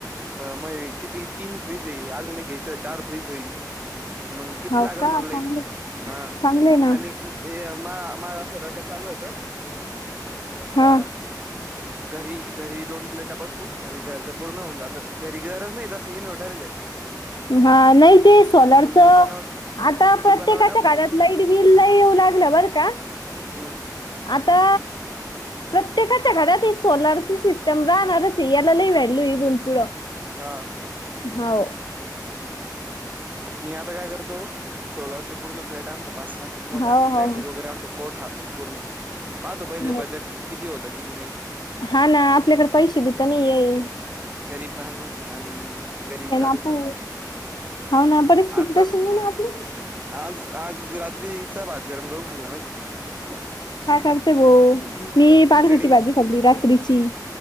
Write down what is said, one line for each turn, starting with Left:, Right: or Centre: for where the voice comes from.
Right: मग हे किती तीन फ्रीज आहे, अजून एक घ्यायचं चार फ्रीज होईल. मंग किती
Left: हाव
Right: लागेल
Left: का
Right: मला लाईट,
Left: चांगलं
Right: हा.
Left: चांगलंय ना
Right: आणि ते मा माझं डोक्यांत असं चालु होतं, एक
Left: हा
Right: का घरी, घरी दोन प्लेटा बसवू, म्हणजे घरचं पूर्ण होऊन जातं. घरी गरज नाही, तसंही इन्व्हर्टर आहे घरी.
Left: हा, नाही ते सोलारचं
Right: पण दुकानावर
Left: आता प्रत्येकाच्या
Right: दुकानावर टाकून
Left: घरात,
Right: देतो
Left: लाईट बिल लई येऊ लागलं बर का?
Right: हम्.
Left: आता प्रत्येकाच्या घरात एक सोलारची, सिस्टम राहणारच आहे. याला लई व्हॅल्यू, आहे इथून पुढं.
Right: हा.
Left: हाव.
Right: मी आता काय करतो, सोलरचं पूर्ण प्लेटा आणतो पाच-सहा किती मोठ्या
Left: हाव हाव
Right: बॅटरी वगैरे आणतो, कोठा पूर्ण. पाहतो पहिले
Left: हाव.
Right: बजेट, किती होतं किती नाही.
Left: हा ना, आपल्याकडे पैसे बी तर नाहीये.
Right: गरीब, माणूस आहे ना मी? गरीब
Left: हे
Right: चालू
Left: ना
Right: आहे सध्या
Left: पू. हो ना. परिस्थिती
Right: आताच
Left: तशी नाहीये ना आपली.
Right: आज, आज रात्रीचा भात गरम करून खाल्ला माहितीऐ.
Left: काय करते गो? मी पालकाची
Right: खिचडी
Left: भाजी खाल्ली रात्रीची.